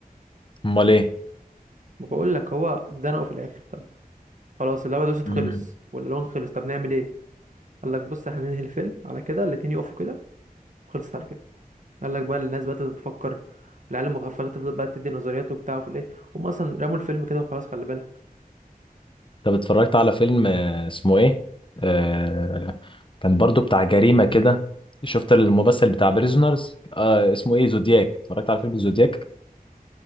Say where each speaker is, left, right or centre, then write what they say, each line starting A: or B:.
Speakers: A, on the left; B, on the right.
A: امال ايه
B: ما بقول لك هو اتزنقوا في الاخر طب خلاص اللعبه دوست
A: مم.
B: خلص والالوان خلص طب نعمل ايه قال لك بص احنا ننهي الفيلم على كده الاتنين يقفوا كده خلصت على كده قال لك بقى الناس بدات تفكر والعيال المغفله تفضل بقى تدي نظريات وبتاع وفي الايه هم اصلا رموا الفيلم كده وخلاص خلي بالك
A: طب اتفرجت على فيلم آه، اسمه ايه آه كان برضو بتاع جريمة كده شفت الممثل بتاع بريزونرز آه اسمه ايه زودياك اتفرجت على فيلم زودياك